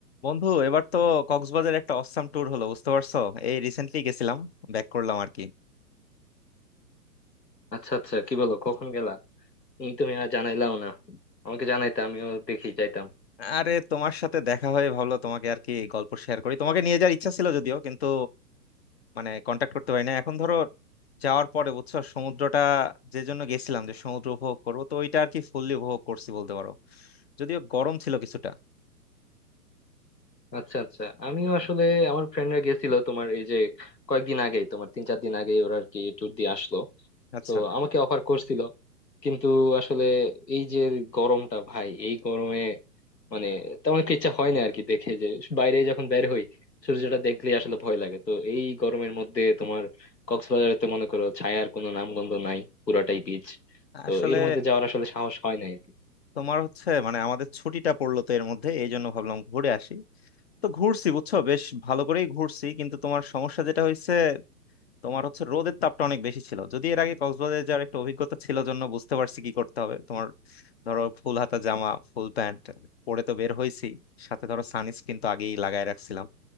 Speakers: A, on the left; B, on the left.
A: বন্ধু এবার তো কক্সবাজার একটা অসাম ট্যুর হলো বুঝতে পারছো এই রিসেন্টলি গেছিলাম ব্যাক করলাম আর কি
B: আচ্ছা আচ্ছা কি বলো কখন গেলা তুমি তো মিয়া জানাইলাও না আমাকে জানাইতে আমিও দেখি যাইতাম
A: আরে তোমার সাথে দেখা হয়ে ভালো তোমাকে আর কি গল্প শেয়ার করি তোমাকে নিয়ে যাওয়ার ইচ্ছা ছিল যদিও কিন্তু মানে কন্টাক্ট করতে পারি না এখন ধরো যাওয়ার পরে বুঝছো সমুদ্রটা যে জন্য গেছিলাম যে সমুদ্র উপভোগ করবো তো ওইটা আর কি ফুললি উপভোগ করছি বলতে পারো যদিও গরম ছিল কিছুটা
B: আচ্ছা আচ্ছা আমিও আসলে আমার ফ্রেন্ডরা গেছিল তোমার এই যে কয়েকদিন আগেই তোমার তিন চার দিন আগেই ওরা আর কি ট্যুর দিয়ে আসলো
A: আচ্ছা
B: তো আমাকে অফার করছিল কিন্তু আসলে এই যে গরমটা ভাই এই গরমে মানে তেমন একটা ইচ্ছা হয় না আর কি দেখে যে বাইরে যখন বের হই সূর্যটা দেখলেই আসলে ভয় লাগে তো এই গরমের মধ্যে তোমার কক্সবাজারে তো মনে করো ছায়ার কোনো নামগন্ধ নাই পুরাটাই বিচ তো
A: আসলে
B: এর মধ্যে যাওয়ার আসলে সাহস হয় না আর কি
A: তোমার হচ্ছে মানে আমাদের ছুটিটা পড়লো তো এর মধ্যে এই জন্য ভাবলাম ঘুরে আসি তো ঘুরছি বুঝছো বেশ ভালো করেই ঘুরছি কিন্তু তোমার সমস্যা যেটা হয়েছে তোমার হচ্ছে রোদের তাপটা অনেক বেশি ছিল
B: হুম।
A: যদি এর আগে কক্সবাজারে যাওয়ার একটা অভিজ্ঞতা ছিল জন্য বুঝতে পারছি কি করতে হবে তোমার ধরো ফুল হাতা জামা ফুল প্যান্ট পরে তো বের হয়েছি সাথে ধরো সানস্ক্রিন তো আগেই লাগায় রাখছিলাম